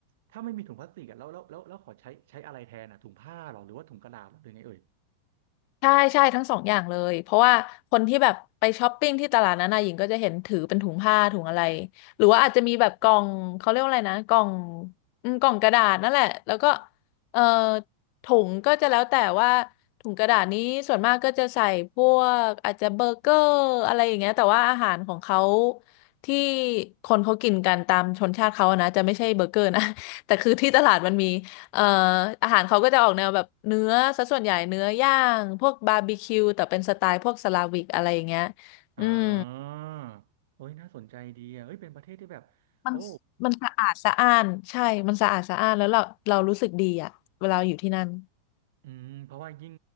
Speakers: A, on the right (about 50°); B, on the left (about 35°).
A: ถ้าไม่มีถุงพลาสติกอ่ะแล้วแล้วแล้วแล้วขอใช้ใช้อะไรแทนอ่ะถุงผ้าหรอหรือว่าถุงกระดาษหรอหรือไงเอ่ย
B: ใช่ใช่ทั้งสองอย่างเลยเพราะว่าคนที่แบบไปช้อปปิ้งที่ตลาดนั้นนะหญิงก็จะเห็นถือเป็นถุงผ้าถุงอะไรหรือว่าอาจจะมีแบบกล่องเขาเรียกว่าอะไรนะกล่องอืมกล่องกระดาษนั่นแหละแล้วก็เอ่อถุงก็จะแล้วแต่ว่าถุงกระดาษนี้ส่วนมากก็จะใส่พวกอาจจะเบอร์เกอร์อะไรอย่างเงี้ยแต่ว่าอาหารของเขาที่คนเขากินกันตามชนชาติเขาอะนะจะไม่ใช่เบอร์เกอร์นะ <laughs> แต่คือที่ตลาดมันมี เอ่ออาหารเขาก็จะออกแนวแบบเนื้อซะส่วนใหญ่เนื้อย่างพวกบาร์บีคิวแต่เป็นสไตล์พวกสลาวิกอะไรอย่างเงี้ย
A: อ่า
B: อืม
A: โอ้ยน่าสนใจดีอ่ะเฮ้ยเป็นประเทศที่แบบโอ้
B: มันมันสะอาดสะอ้านใช่มันสะอาดสะอ้านแล้วเราเรารู้สึกดีอ่ะเวลาอยู่ที่นั่น
A: อืมเพราะว่ายิ่ง